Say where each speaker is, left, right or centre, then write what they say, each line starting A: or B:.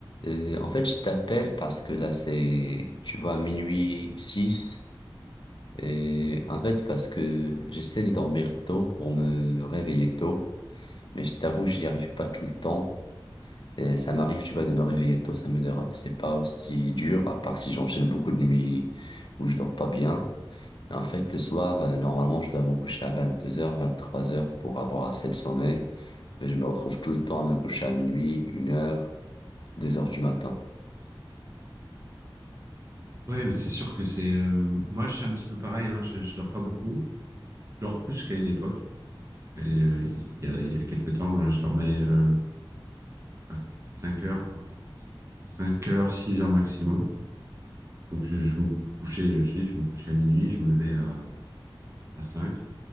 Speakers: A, on the left (about 60°); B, on the right (about 35°).
A: Euh, en fait, je t'appelle parce que là, c'est, tu vois, minuit 6. Et en fait, parce que j'essaie de dormir tôt pour me réveiller tôt. Mais je t'avoue, j'y arrive pas tout le temps. Et ça m'arrive, tu vois, de me réveiller tôt. Ça me dérange. C'est pas aussi dur, à part si j'enchaîne beaucoup de nuits où je dors pas bien. Mais en fait, le soir, euh, normalement, je dois me coucher à vingt-deux heures, vingt-trois heures pour avoir assez de sommeil. Mais je me retrouve tout le temps à me coucher à minuit, une heure, deux heures du matin.
B: Ouais, mais c'est sûr que c'est. euh, Moi, je suis un petit peu pareil. hein. Je, je dors pas beaucoup. Je dors plus qu'à une époque. Et, euh, Il y a, il y a quelques temps, euh, je dormais euh, à 5 heures, quoi. cinq heures, 6 heures maximum. Donc, je, je me couchais, je dis, je me couchais à minuit, je me levais à, à 5